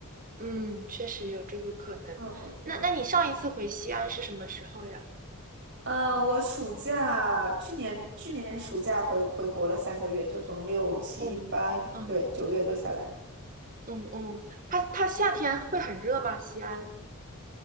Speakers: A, on the right; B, on the right.
A: 嗯，确实有这个可能。
B: <laughs> 嗯嗯嗯。
A: 那那你上一次回西安是什么时候呀？
B: 嗯，呃我暑假去年去年暑假回回国了三个月，就从六七八月，
A: 哦，嗯。
B: 对，九月多才来。
A: 嗯嗯，它它夏天会很热吗？西安？